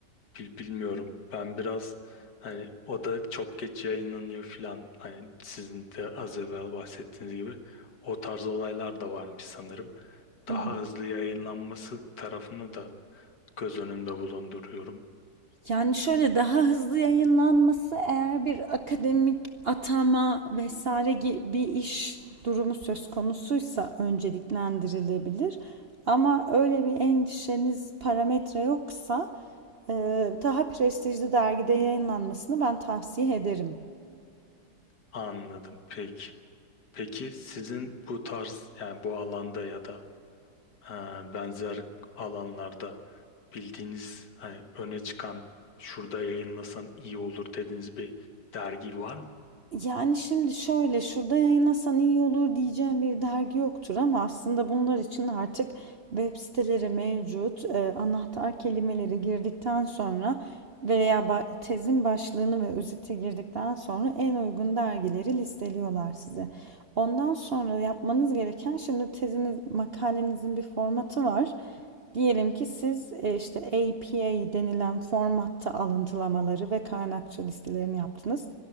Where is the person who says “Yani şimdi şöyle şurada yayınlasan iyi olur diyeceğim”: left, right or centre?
Right